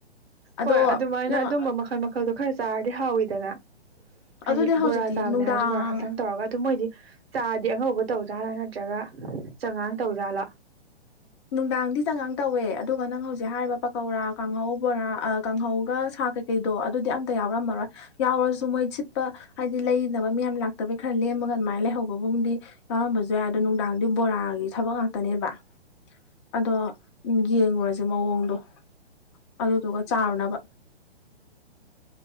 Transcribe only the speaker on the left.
ꯑꯗꯣ
ꯅꯪ
ꯑꯗꯨꯗꯤ ꯍꯧꯖꯤꯛꯇꯤ
ꯅꯨꯡꯗꯥꯡ
ꯅꯨꯡꯗꯥꯡꯗꯤ ꯆꯉꯥꯡ ꯇꯧꯋꯦ ꯑꯗꯨꯒ ꯅꯪ ꯍꯧꯖꯤꯛ ꯍꯥꯏꯔꯤꯕ ꯄꯀꯧꯔꯥ ꯀꯥꯡꯍꯧ ꯕꯣꯔꯥ ꯑ ꯀꯥꯡꯍꯧꯒ ꯁꯥ ꯀꯩ ꯀꯩꯗꯣ ꯑꯗꯨꯗꯤ ꯑꯝꯇ ꯌꯥꯎꯔꯝꯃꯔꯣꯏ ꯌꯥꯎꯔꯁꯨ ꯃꯣꯏ ꯁꯤꯠꯄ ꯍꯥꯏꯗꯤ ꯂꯩꯅꯕ ꯃꯌꯥꯝ ꯂꯥꯛꯇꯕꯩ ꯈꯔ ꯂꯦꯝꯃꯒ ꯑꯗꯨꯃꯥꯏꯅ ꯂꯩꯍꯧꯕꯒꯨꯝꯗꯤ ꯌꯥꯎꯔꯝꯕꯖꯨ ꯌꯥꯏ ꯑꯗꯣ ꯅꯨꯡꯗꯥꯡꯗꯤ ꯕꯣꯔꯥꯒꯤ ꯊꯕꯛ ꯉꯥꯛꯇꯅꯦꯕ ꯑꯗꯣ ꯌꯦꯡꯉꯨꯔꯖꯦ ꯃꯑꯣꯡꯗꯣ ꯑꯗꯨꯗꯨꯒ ꯆꯥꯔꯨꯅꯕ